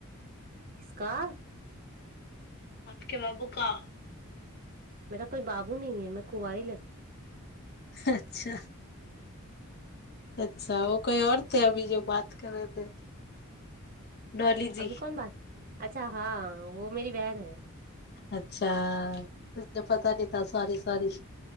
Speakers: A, on the right; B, on the left.
A: किसका
B: आपके बाबू का
A: मेरा कोई बाबू नी है मैं कुवारी लरकी
B: अच्छा अच्छा ओ कोई आओर थे अभी जो बात कर रहेे डॉली
A: अभी
B: जी
A: कौन बात अच्छा हँ वो मेरी बहन है
B: अच्छा त पता नी त सॉरी सॉरी